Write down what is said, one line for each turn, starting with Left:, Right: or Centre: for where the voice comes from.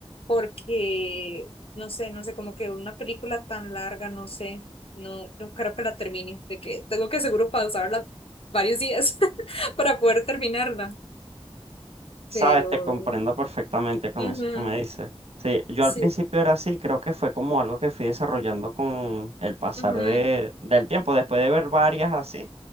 Left: porque, no sé, no sé, como que una película tan larga, no sé, no, no creo que la termine, de que tengo que seguro pausarla varios días <laughs> para poder terminarla.
Right: Sabes,
Left: Pero,
Right: te comprendo perfectamente con
Left: ujú,
Right: eso que me dices. Sí, yo
Left: sí,
Right: al principio era así, creo que fue como algo que fui desarrollando con el pasar
Left: ujú,
Right: de, del tiempo, después de ver varias así,